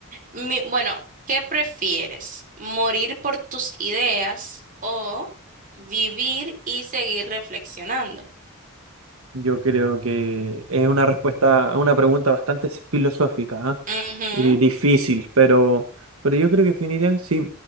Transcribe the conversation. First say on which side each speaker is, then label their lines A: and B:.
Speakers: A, on the right; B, on the right.
A: mi- bueno, ¿qué prefieres? ¿Morir por tus ideas o vivir y seguir reflexionando?
B: Yo creo que es una respuesta, una pregunta bastante filosófica, ¿ah?
A: Ujú,
B: Y difícil, pero, pero yo creo que definitivamente sí,